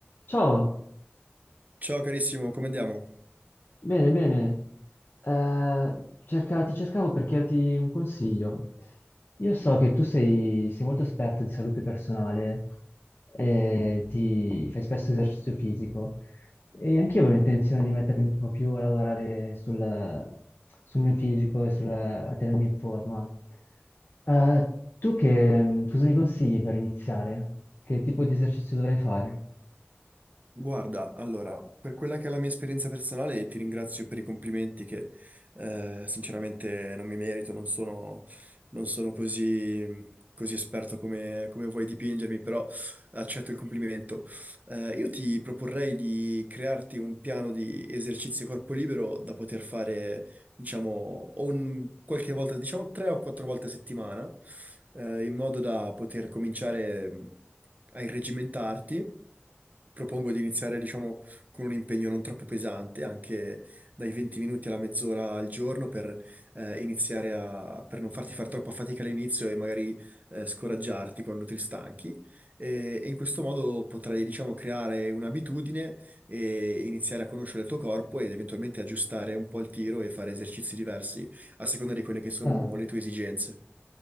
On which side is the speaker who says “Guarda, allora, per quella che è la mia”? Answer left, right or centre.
Right